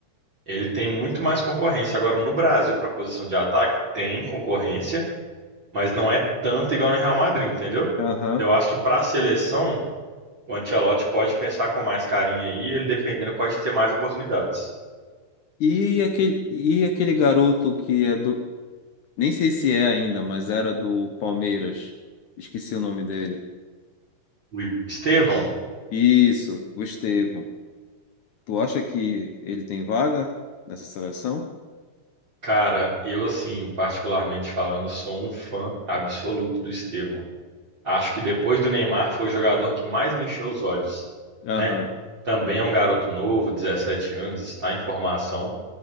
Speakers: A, on the right; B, on the left.
A: ele tem muito mais concorrência. Agora, no Brasil, para a posição de ataque, tem concorrência, mas não é tanto igual no Real Madrid, entendeu?
B: aham.
A: Eu acho que para a seleção o Ancelotti pode pensar com mais carinho aí, ele dependendo pode ter mais oportunidades.
B: E aquele, e aquele garoto que é do, Nem sei se é ainda, mas era do Palmeiras. Esqueci o nome dele.
A: O Estevão,
B: Isso, o Estevão. Tu acha que ele tem vaga nessa seleção?
A: cara, eu assim, particularmente falando, sou um fã absoluto do Estevão. Acho que depois do Neymar foi o jogador que mais me encheu os olhos,
B: Aham,
A: né? Também é um garoto novo, 17 anos, está em formação,